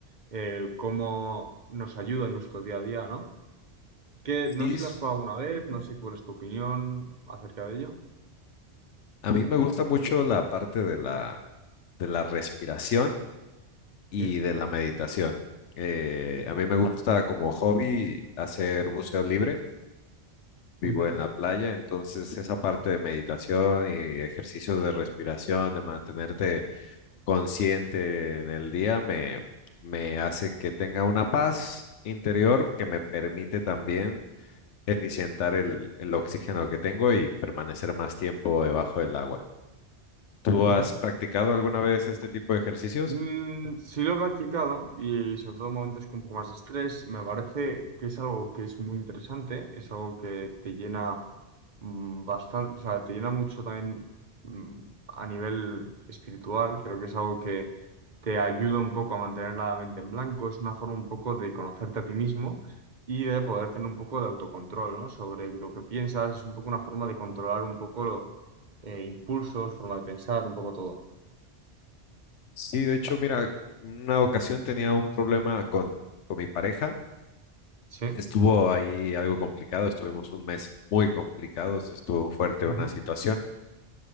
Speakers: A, on the right (about 45°); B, on the left (about 90°).
A: eh, cómo nos ayuda en nuestro día a día, ¿no? Que
B: Sí,
A: no sé si
B: s-
A: lo has probado alguna vez, no sé cuál es tu opinión acerca de ello.
B: a mí me gusta mucho la parte de la, de la respiración y
A: Sí.
B: de la meditación. Eh, a mí me gusta como hobby hacer buceo libre, vivo
A: Ujú,
B: en la playa, entonces esa parte de meditación y ejercicios de respiración, de mantenerte consciente en el día, me, me hace que tenga una paz interior que me permite también eficientar el, el oxígeno que tengo y permanecer más tiempo debajo del agua. ¿Tú
A: ujú.
B: has practicado alguna vez este tipo de ejercicios?
A: Mm, sí lo he practicado y sobre todo en momentos con un poco más de estrés, me parece que es algo que es muy interesante, es algo que te llena bastante, o sea, te llena mucho también mm, a nivel espiritual, creo que es algo que te ayuda un poco a mantener la mente en blanco, es una forma un poco de conocerte a ti mismo y de poder tener un poco de autocontrol, ¿no? Sobre lo que piensas, es un poco una forma de controlar un poco los impulsos, forma de pensar, un poco todo.
B: Sí, de hecho, mira, una ocasión tenía un problema con, con mi pareja.
A: Sí.
B: Estuvo ahí algo complicado, estuvimos un mes muy complicados, estuvo fuerte
A: Ujú.
B: una situación